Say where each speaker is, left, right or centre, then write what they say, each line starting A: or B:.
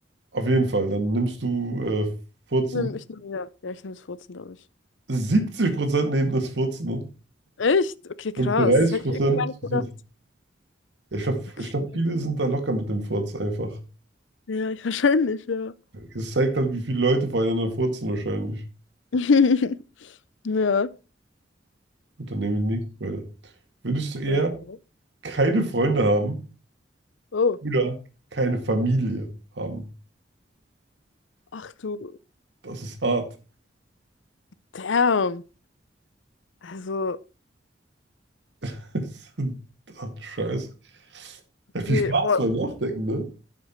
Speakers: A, on the right; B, on the left.
A: auf jeden Fall. Dann nimmst du äh, Furzen.
B: Nimm, ich nehme ja. Ja, ich nehme das vierzehn glaube ich.
A: siebzig Prozent nehmen das Furzen ne?
B: Echt? Okay, krass.
A: und 30%.
B: Hätte ich irgendwie gar nicht gedacht.
A: sind- Ich glaube,
B: Okay.
A: ich glaub, viele sind da locker mit dem Furz einfach.
B: Ja, ich wahrscheinlich, ja.
A: Es zeigt halt, wie viele Leute voreinander furzen wahrscheinlich.
B: <laughs> Ja,
A: Gut, dann nehmen wir die nächste Frage. Würdest du eher
B: sehr gerne.
A: keine Freunde haben
B: Oh.
A: oder keine Familie haben.
B: Ach du.
A: Das ist hart.
B: Damn. Also,
A: <laughs> Ach du Scheiße. Ja, viel
B: nee,
A: Spaß
B: boah.
A: beim Nachdenken, ne?